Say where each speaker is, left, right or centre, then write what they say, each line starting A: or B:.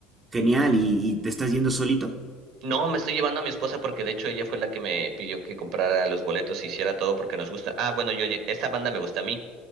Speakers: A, on the right; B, on the right.
A: genial. ¿Y, y te estás yendo solito?
B: No, me estoy llevando a mi esposa porque de hecho ella fue la que me pidió que comprara los boletos y hiciera todo porque nos gusta. Ah, bueno, yo lle- esta banda me gusta a mí